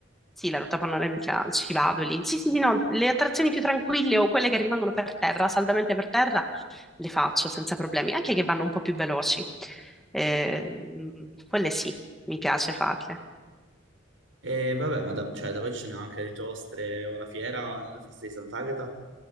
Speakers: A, in the centre; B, on the right (about 85°).
A: Sì, la ruota panoramica ci vado lì. Sì, sì, sì, no, le attrazioni più tranquille o quelle che rimangono per terra, saldamente per terra, le faccio senza problemi, anche che vanno un po' più veloci. Eh, mm, quelle sì, mi piace farle.
B: E vabbè, ma da, cioè, da poi ci sono anche le giostre o la fiera, nella festa di Sant'Agata.